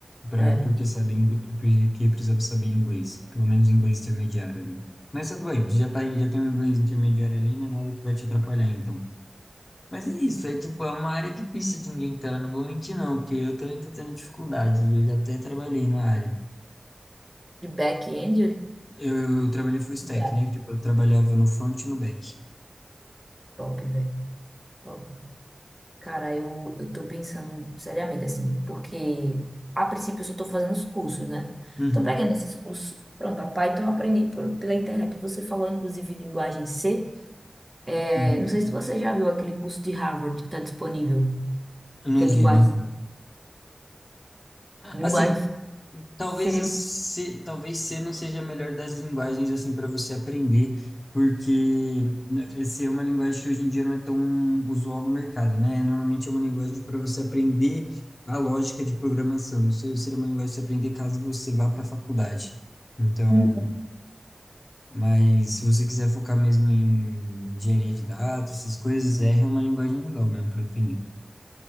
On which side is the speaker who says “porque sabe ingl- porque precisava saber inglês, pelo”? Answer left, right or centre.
Left